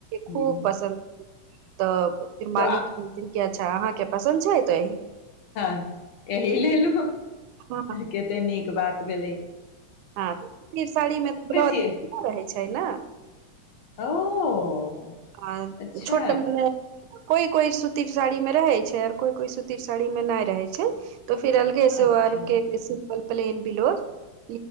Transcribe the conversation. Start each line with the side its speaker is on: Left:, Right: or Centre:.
Left: हूं
Right: खूब पसन्द तऽ <inaudible> फर <unintelligible>
Left: तऽ
Right: मालिक
Left: आ
Right: की अच्छा अहाँके पसन्द छै तो
Left: हँ अहि ले लू
Right: हँ
Left: कते नीक बात भेलैक।
Right: हँ तऽ साड़ीमे तऽ ब्लाउज
Left: सिय
Right: पुरा रहैत छैक ने
Left: ओ
Right: आ
Left: अच्छा
Right: छोट मने कोइ कोइ सुती साड़ी मे रहय छैक आ कोइ कोइ सूती साड़ी मे नहि रहय छैक। त फिर अलगेसँ
Left: अच्छा
Right: ओ आरकेँ क्वपलेन बिलो <unintelligible>